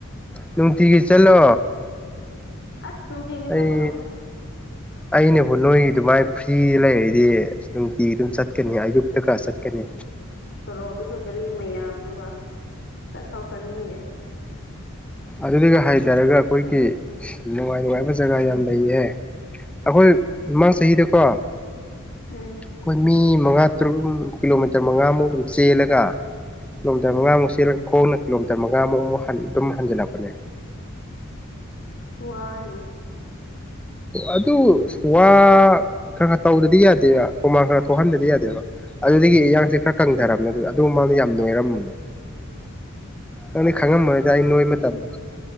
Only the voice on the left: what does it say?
ꯑꯁ ꯅꯨꯡꯇꯤꯒꯤ
ꯆꯠꯄ ꯉꯝꯗꯦ
ꯁꯣꯔꯣꯛꯇꯁꯨ ꯒꯥꯔꯤ ꯃꯌꯥꯝꯗꯨ ꯆꯠ ꯊꯥꯎ ꯆꯠꯅꯤꯡꯗꯦ
ꯎꯝ
ꯎꯝ
ꯋꯥꯅꯤ
ꯎꯝ